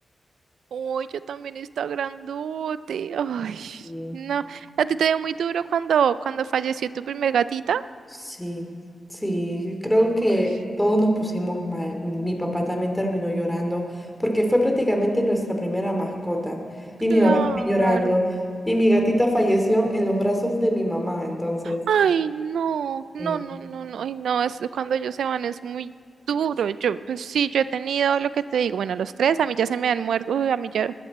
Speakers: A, on the right; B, in the centre.
A: Ay, yo también está grandote. Ay,
B: Y
A: no. ¿A ti te dio muy duro cuando, cuando falleció tu primer gatita?
B: Sí, sí, creo que
A: Ay,
B: todos nos pusimos mal. Mi papá también terminó llorando porque fue prácticamente nuestra primera mascota. Y
A: claro.
B: mi mamá también llorando. Y mi gatita falleció en los brazos de mi mamá, entonces,
A: Ay, no, no,
B: sí,
A: no, no, no, ay, no, es cuando ellos se van es muy duro. Yo, pues sí, yo he tenido lo que te digo, bueno, los tres, a mí ya se me han muerto, uy, a mí ya